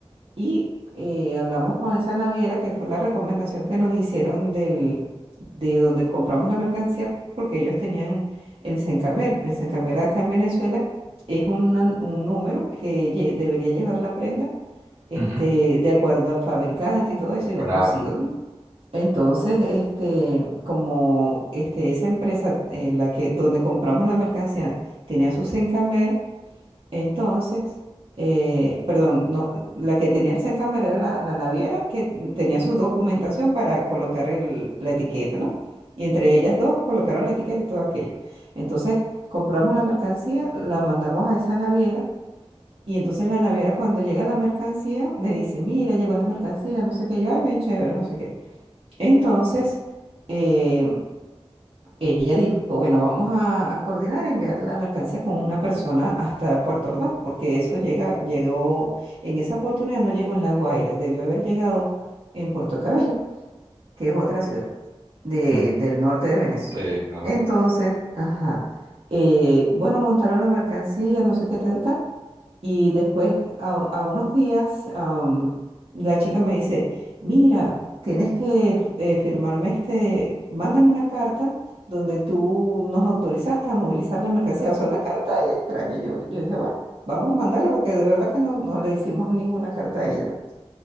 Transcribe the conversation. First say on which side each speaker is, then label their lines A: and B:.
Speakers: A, on the right; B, on the right.
A: y eh, hablamos con esa naviera que fue la recomendación que nos hicieron del, de donde compramos la mercancía porque ellos tenían el Sencamer. El Sencamer acá en Venezuela es una- un número que lle- debería llevar la prenda, este,
B: Ujú,
A: de acuerdo al fabricante y todo eso, y va
B: Claro.
A: cosido, ¿no? Entonces, este, como este, esa empresa eh, la que, donde compramos la mercancía tenía su Sencamer, entonces, eh, perdón, no, la que tenía el Sencamer era la, la naviera que tenía su documentación para colocar el- la etiqueta, ¿no? Y entre ellas dos colocaron la etiqueta y todo aquello. Entonces, compramos la mercancía, la mandamos a esa naviera. Y entonces la naviera cuando llega la mercancía me dice, mira, llegó la mercancía, no sé qué, yo, ay, bien chévere, no sé qué. Entonces, eh, ella dijo, bueno, vamos a, a coordinar enviar la mercancía con una persona hasta Puerto Ordaz, porque eso llega, llegó, en esa oportunidad no llegó en La Guaira, debió haber llegado en Puerto Cabello, que es otra ciudad de-
B: Ujú,
A: del norte de Venezuela.
B: Sí, claro.
A: Entonces, ajá, eh, bueno, montaron la mercancía, no sé qué tal, y después, a, a unos días, am, la chica me dice, mira, tienes que f- eh, firmarme este, mándame una carta donde tú nos autorizaste a movilizar la mercancía. O sea, una carta ahí extraña. Yo, yo dije, bueno, vamos a mandarla porque de verdad que no, no le hicimos ninguna carta a ella, ¿no?